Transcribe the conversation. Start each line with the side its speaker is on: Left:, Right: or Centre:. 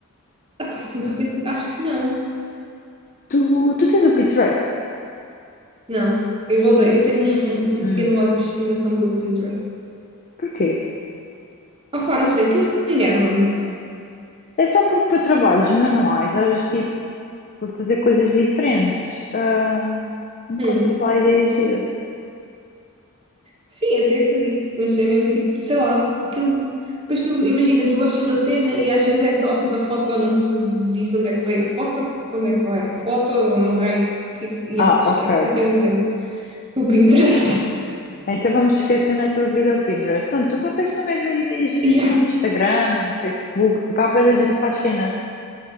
Right: epá, assim de repente acho que não.
Left: Tu, tu tens o Pinterest?
Right: Não, eu odeio. Eu tenho um, um um
Left: Hum,
Right: pequeno ódio de estimação pelo Pinterest.
Left: porquê?
Right: Opá, não sei, aquilo enerva-me.
Left: É só porque para trabalhos manuais, às vezes tipo para fazer coisas diferentes, ah, encontras
Right: Hum.
Left: lá ideias giras.
Right: Sim, até acredito, mas é mesmo tipo, sei lá, aquilo. Depois tu imagina, tu gostas de uma cena e às vezes é só tipo a foto, não te diz de onde é que veio a foto, para onde é que vai a foto, de um rei. Que, que- yeah,
Left: Ah, ok.
Right: esquece, eu tenho uma cena. O Pinterest. <laughs>
Left: Então vamos esquecer na tua vida o Pinterest. Pronto, tu consegues também ver ideias giras
Right: Yeah.
Left: no Instagram, Facebook, tipo, há bué da gente que faz cena.